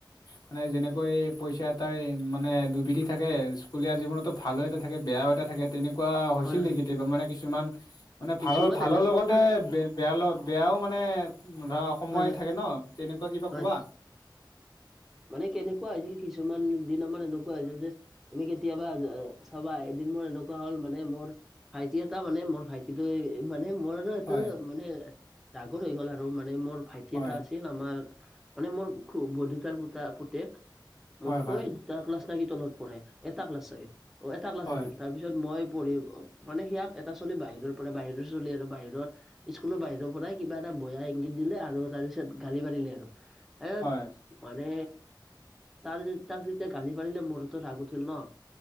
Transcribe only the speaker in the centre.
হয় হয়
কিছুমান
এনেকুৱা
মানে
হয় হয়
হয়
মানে কেনেকুৱা হৈছিল কিছুমান দিনত মানে এনেকুৱা হৈছিল যে তুমি কেতিয়াবা চাবা এদিন মোৰ এনেকুৱা হ'ল মানে মোৰ ভাইটি এটা মানে মোৰ ভাইটি কিন্তু এই মানে মোৰ এইটো
মানে ডাঙৰ হৈ গল আৰু মানে মোৰ ভাইটি
এটা আ আছিল আমাৰ মানে মোৰ খু বৰদেউতাৰ পুতা পুতেক মোতকৈ
এটা ক্লাছ থাকি তলত পঢ়ে এটা ক্লাচ চাগে অহ এটা ক্লাচ
আছিল তাৰ পিছত মই পঢ়ি মানে সেয়াক এটা চলি বাহিৰৰ পৰা বাহিৰৰ চলি আৰু বাহিৰত স্কুলৰ বাহিৰৰ পৰাই কিবা এটা বজাই ইংগিত দিলে আৰু তাৰ পিছত গালি মাৰিলে আৰু এ
মানে তাৰ তাক যেতিয়া গালি পাৰিলে মোৰতো ৰাগ উঠিল ন